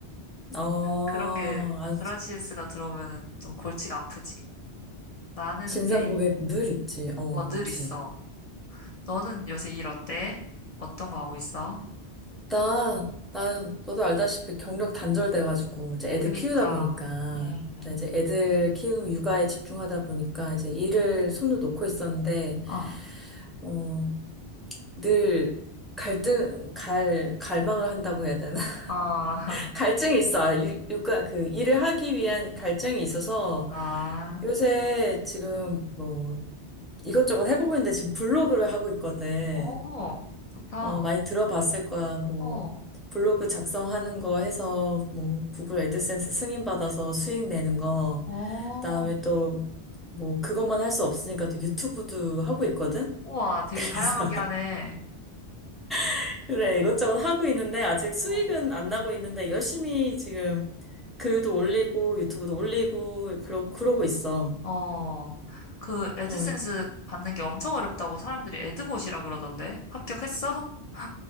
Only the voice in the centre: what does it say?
어,
아,
진상
고객 늘 있지. 어,
그치.
나, 나, 너도 알다시피 경력 단절돼가지고, 이제 애들
키우다 보니까,
나 이제 애들 키우는 육아에 집중하다 보니까, 이제 일을 손을 놓고 있었는데,
어, 늘 갈등, 갈, 갈망을 한다고 해야 되나? <laughs>
갈증이 있어. 아, 유, 육아, 그, 일을 하기 위한 갈증이 있어서,
요새 지금 뭐, 이것저것 해보고 있는데, 지금 블로그를 하고 있거든.
어, 많이 들어봤을 거야. 뭐,
블로그 작성하는 거 해서, 뭐, 구글 애드센스 승인받아서 수익 내는 거.
그다음에 또, 뭐, 그것만 할 수 없으니까 또 유튜브도 하고 있거든?
<laughs>
그래서,
<laughs> 그래, 이것저것 하고 있는데, 아직 수익은
안 나고 있는데, 열심히 지금 글도 올리고, 유튜브도 올리고, 그러,
그러고 있어.
어,